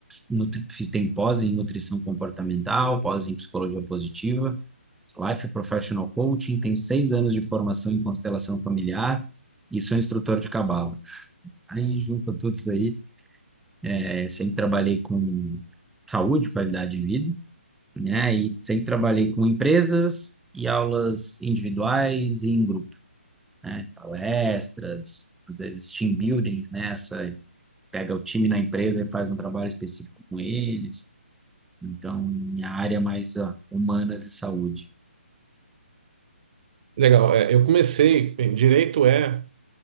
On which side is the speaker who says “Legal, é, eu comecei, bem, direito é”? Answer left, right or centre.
Right